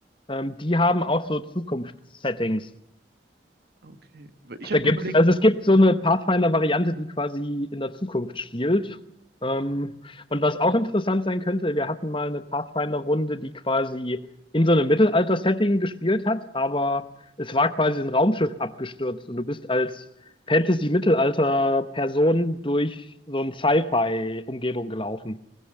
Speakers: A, on the left; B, on the right.
A: Ähm, die haben auch so Zukunftssettings.
B: Okay. Ich
A: Da
B: habe
A: gibt's,
B: mir überlegt,
A: also es gibt so eine Pathfinder-Variante, die quasi in der Zukunft spielt. Ähm, und was auch interessant sein könnte, wir hatten mal eine Pathfinder-Runde, die quasi in so einem Mittelalter-Setting gespielt hat, aber es war quasi ein Raumschiff abgestürzt und du bist als Fantasy-Mittelalter-Person durch so eine Sci-Fi-Umgebung gelaufen.